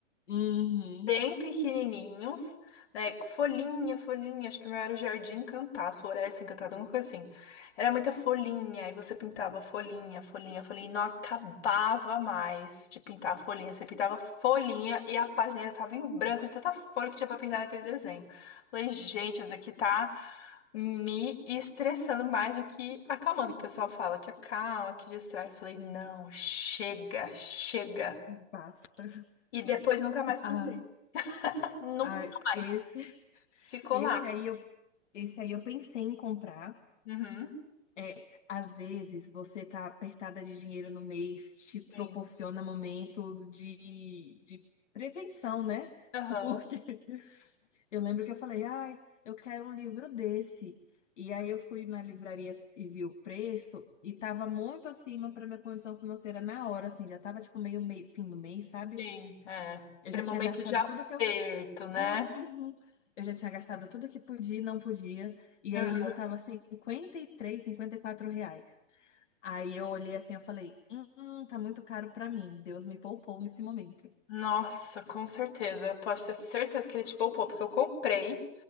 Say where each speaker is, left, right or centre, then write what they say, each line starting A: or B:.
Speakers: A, on the left; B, on the left.
A: Uhum.
B: bem pequenininhos, né? com Folhinha, folhinha, acho que o meu era o Jardim Encantado, Floresta Encantada, alguma coisa assim. Era muita folhinha, e você pintava folhinha, folhinha, folhinha, e não acabava mais de pintar a folhinha. Você pintava folhinha e a página ainda tava em branco de tanta folha que tinha pra pintar naquele desenho. Falei, gente, isso aqui tá me estressando mais do que acalmando. O pessoal fala que acalma, que distrai. Eu Falei, não, chega, chega.
A: Basta.
B: E depois nunca mais
A: Ah,
B: pintei. <laughs> Nunca
A: ah,
B: mais.
A: esse,
B: Ficou
A: esse
B: lá.
A: aí eu, esse aí eu pensei em comprar.
B: Uhum.
A: É, às vezes você tá apertada de dinheiro no mês, te proporciona
B: Sim,
A: momentos de, de prevenção, né?
B: Aham.
A: <laughs> Porque eu lembro que eu falei, ai, eu quero um livro desse. E aí eu fui na livraria e vi o preço e tava muito acima para minha condição financeira na hora, assim, já tava tipo meio, mei- fim do mês, sabe?
B: sim, é.
A: Eu
B: Aquele
A: já tinha
B: momento
A: gastado
B: de aperto,
A: tudo que eu.
B: né?
A: Uhum. Eu já tinha gastado tudo que podia e não podia. E
B: Aham.
A: aí o livro tava cinquenta e três cinquenta e quatro reais Aí eu olhei assim, eu falei, hum, tá muito caro pra mim. Deus me poupou nesse momento.
B: Nossa, com certeza. Eu posso ter certeza que ele te poupou, porque eu comprei,